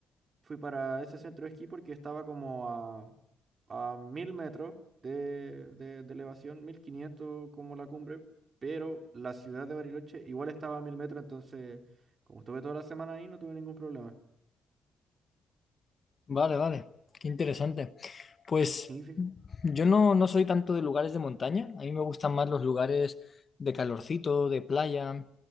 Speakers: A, on the right; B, on the left.
A: Fui para ese centro de esquí porque estaba como a, a mil metros de, de, de elevación, 1500 como la cumbre, pero la ciudad de Bariloche igual estaba a mil metros, entonces como estuve toda la semana ahí no tuve ningún problema.
B: vale, vale, qué interesante. Pues
A: Sí, fij-
B: yo no, no soy tanto de lugares de montaña, a mí me gustan más los lugares de calorcito, de playa,